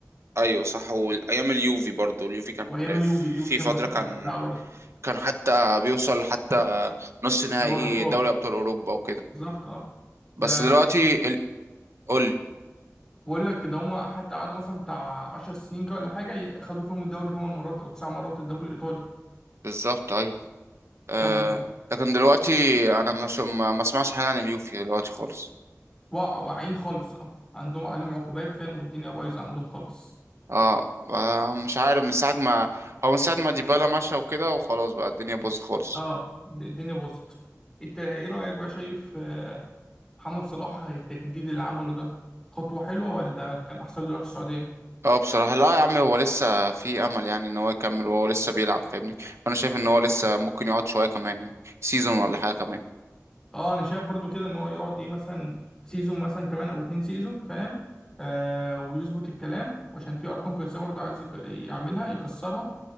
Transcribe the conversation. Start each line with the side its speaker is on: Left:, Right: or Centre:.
Right: ايوه صح والايام اليوفي برضو اليوفي كان
Centre: وايام اليوفي اليوفي
Right: في
Centre: كان
Right: فتره
Centre: كانت
Right: كان
Centre: مبدعه برضه
Right: كان حتى بيوصل حتى نص نهائي
Centre: دوري ابطال
Right: دوري ابطال اوروبا وكده
Centre: بالظبط اه
Right: بس
Centre: ده
Right: دلوقتي ال... قول لي
Centre: بقول لك ده هما حتى قعدوا مثلا بتاع 10 سنين كده ولا حاجه ي- خدوا فيهم الدوري 8 مرات او 9 مرات الدوري الايطالي
Right: بالظبط ايوه آه...
Centre: كمل قول
Right: لكن دلوقتي انا ما شو... ما ما اسمعش حاجه عن اليوفي دلوقتي خالص
Centre: وقع واقعين خالص اه عندهم عليهم عقوبات فاهم والدنيا بايظه عندهم خالص
Right: اه آه، مش عارف من ساعة ما هو من ساعة ما ديبالا مشى وكده وخلاص بقى الدنيا باظت خالص
Centre: اه د- الدنيا باظت انت ايه رايك بقى شايف آه، محمد صلاح التجديد اللي عمله ده خطوه حلوه ولا كان احسن له يروح السعوديه
Right: اه بصراحة لا يا عم هو لسه في امل يعني ان هو يكمل وهو لسه بيلعب فاهمني فانا شايف ان هو لسه ممكن يقعد شوية كمان يعني سيزون ولا حاجة كمان
Centre: اه انا شايف برضو كده ان هو يقعد ايه مثلا سيزون مثلا كمان او اتنين سيزون فاهم آه ويظبط الكلام وعشان في ارقام قياسيه برضو عايز يك- يعملها يكسرها